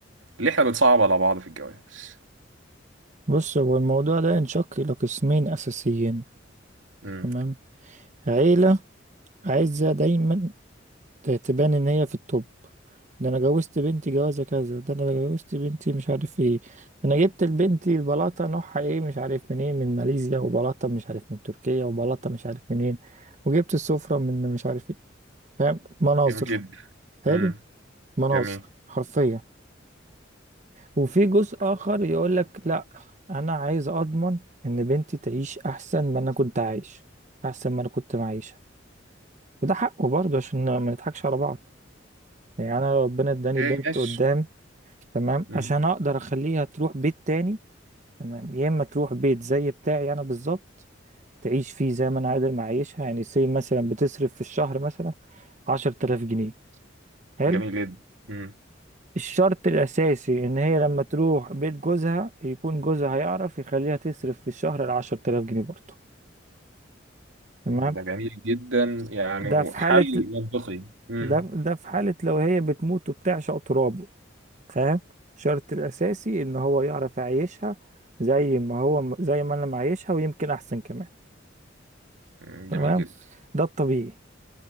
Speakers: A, on the right; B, on the right.
A: ليه احنا بنصعب على بعض في الجواز
B: بص هو الموضوع ده ينشق إلى قسمين أساسيين
A: امم
B: تمام عيلة عايزة دايما ت- تبان إن هي في التوب ده أنا جوزت بنتي جوازة كذا ده أنا جوزت بنتي مش عارف إيه ده أنا جبت لبنتي بلاطة نوعها إيه مش عارف منين من ماليزيا وبلاطة مش عارف من تركيا وبلاطة مش عارف منين وجبت السفرة من مش عارف إيه فاهم مناظر
A: جميل جدا
B: حلو
A: امم
B: مناظر
A: جميل
B: حرفيا وفي جزء آخر يقول لك لا أنا عايز أضمن إن بنتي تعيش أحسن ما أنا كنت عايش أحسن ما أنا كنت معيشة وده حقه برضه عشان ما نضحكش على بعض يعني أنا لو ربنا إداني
A: اوكي
B: بنت
A: ماشي
B: قدام تمام
A: امم
B: عشان أقدر أخليها تروح بيت تاني تمام يا إما تروح بيت زي بتاعي أنا بالظبط تعيش فيه زي ما أنا قادر معيشها يعني سي مثلا بتصرف في الشهر مثلا عشرة آلاف جنيه حلو
A: جميل جدا امم
B: الشرط الأساسي إن هي لما تروح بيت جوزها يكون جوزها هيعرف يخليها تصرف في الشهر العشر تلاف جنيه برضه تمام
A: ده جميل جدا يعني
B: ده
A: وحل
B: في حالة
A: منطقي امم
B: ده ده في حالة لو هي بتموت وبتعشق ترابه فاهم الشرط الأساسي إن هو يعرف يعيشها زي ما هو زي ما أنا معيشها ويمكن أحسن كمان
A: أمم،
B: تمام
A: جميل جدا
B: ده الطبيعي